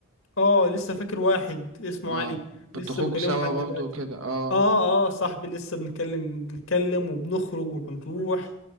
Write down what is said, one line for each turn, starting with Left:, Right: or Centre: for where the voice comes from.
Left: اه لسه فاكر واحد اسمه
Right: اه
Left: علي
Right: بتخرجوا
Left: لسه بكلمه
Right: سوا
Left: لحد
Right: برضه
Left: دلوقتي
Right: وكده اه
Left: اه اه صاحبي لسه بنتكلم بنتكلم وبنخرج وبنروح